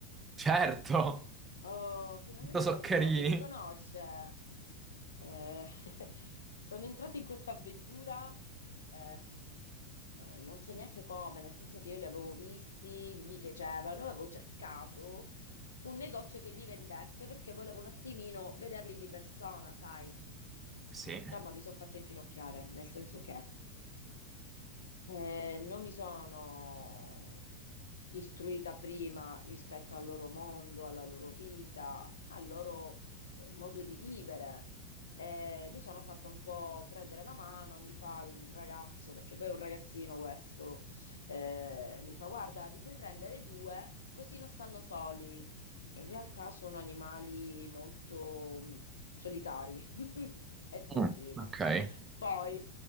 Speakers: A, on the right (about 20°); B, on the left (about 70°).
A: Certo.
B: Oh, finalmente
A: Tutto soccherini.
B: qualcuno che li conosce. Eh, <laughs> sono entrata in questa avventura, eh, non so neanche come, nel senso che io li avevo visti, mi piacevano, avevo cercato un negozio che li vendesse perché volevo un attimino vederli di persona, sai.
A: Sì.
B: Insomma, mi sono fatta infinocchiare, nel senso che. Eh, non mi sono istruita prima rispetto al loro mondo, alla loro vita, al loro eh, modo di vivere. Eh, mi sono fatta un po' prendere la mano, mi fa il ragazzo, perché poi è un ragazzino questo, eh, mi fa: Guarda, li puoi prendere due, così non stanno soli. In realtà sono animali molto mh, solitari. <laughs> E fu
A: Mm,
B: la prima.
A: ok.
B: Poi